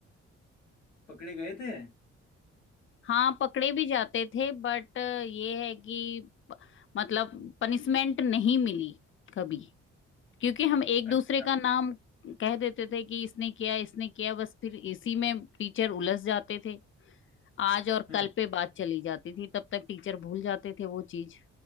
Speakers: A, on the left; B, on the left.
A: पकड़े गए थे
B: हाँ पकड़े भी जाते थे बट ये है कि मतलब पनिशमेंट नहीं मिली कभी क्योंकि हम एक
A: अच्छा
B: दूसरे का नाम कह देते थे कि इसने किया इसने किया बस फिर इसी में टीचर उलझ जाते थे आज और
A: हम्म
B: कल पे बात चली जाती थी तब तक टीचर भूल जाते थे वो चीज